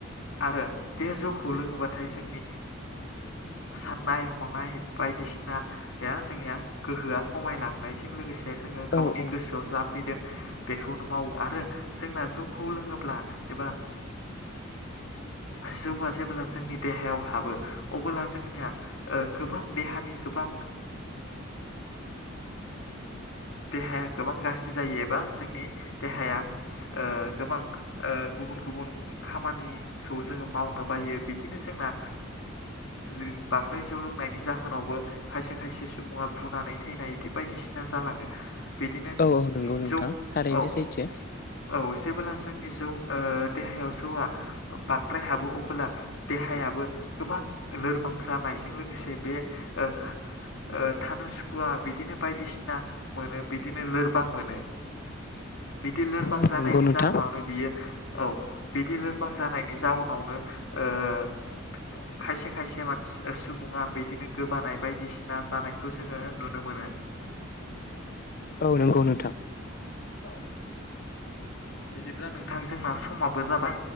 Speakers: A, on the left; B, on the left.
A: आरो बे जौखौ लोङोबाथाय जोंनि साननाय हनाय बायदिसिनाया जोंनिया गोहोआ खमायलांनायजों लोगोसे जोङो गावनि
B: औ औ
A: गोसोआव जा फैदों बेखौनो मावो आरो जोंना जौखौ लोङोब्ला एबा जौआ जेब्ला जोंनि देहायाव हाबो अबोब्ला जोंनिया गोबां देहानि गोबां
B: <inaudible>
A: देहाया गोबां गाज्रि जायो एबा जोंनि देहाया गोबां गुबुन गुबुन खामानि खौ जोङो मावनो बायो बिदिनो जोंना जों बांद्राय जौ लोंनायनि जाहोनावबो खायसे खायसे सुबुङा बुनानै थैनाय इदि बिदि बायदिसिना जालाङो बिदिनो
B: औ औ नंगौ
A: ओम
B: नोंथां
A: जौ
B: थारैनो
A: और
B: सैथो
A: स' औ स' जेबोब्ला जोंनि जौ ओ देहायाव जौआ ओम बांद्राय हाबो अबोला देहायाबो गोबां लोरबां जानायजों लोगोसे बे ओ <unintelligible> ओ थानो सुखुवा बिदिनो बायदिसिना मोनो बिदिनो लोरबां मोनो। बिदि लोरबां
B: औ
A: जानायनि
B: नंगौ नोंथां
A: जाउनावनो बियो औ बिदि लोरबां जानाय नि जाउनावनो ओ खायसे खायसे मानसि ओ सुबुङा बिदिनो गोबानाय बायदिसिना जानायखौ जोङो नुनो मो मोनो।
B: औ नंगौ नोंथां।
A: औ बिदिब्ला नोंथां जोंना समाबो जाबाय